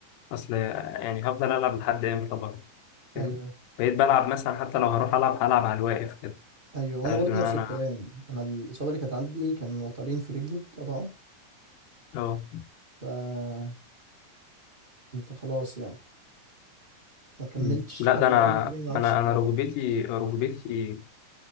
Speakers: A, on the left (about 80°); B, on the right (about 45°).
A: اصل يعني هفضل العب لحد امتى برضه فاهم
B: ايوه ايوه
A: بقيت بلعب مثلا حتى لو هروح العب هلعب على الواقف كده
B: ايوه وانا
A: عارف
B: برضو
A: ان انا
B: نفس الكلام انا الاصابه اللي كانت عندي كان وترين في رجلي اتقطعوا
A: اه
B: فكنت خلاص يعني ما كملتش
A: مم. لا
B: حتى
A: ده انا
B: العلاج الطبيعي ما عملتش
A: انا
B: حاجه
A: انا ركبتي ركبتي